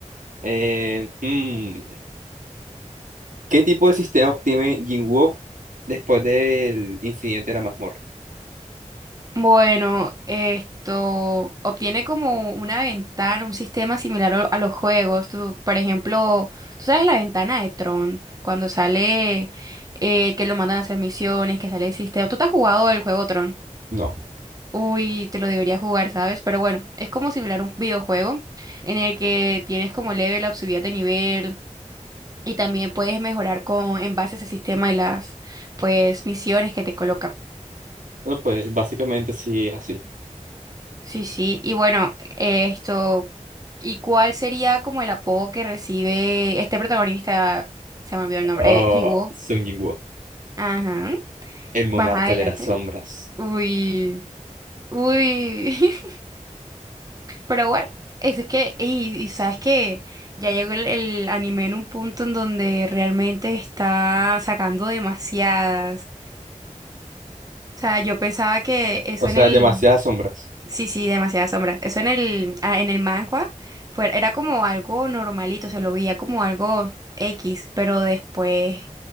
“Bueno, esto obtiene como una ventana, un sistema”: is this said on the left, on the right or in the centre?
Right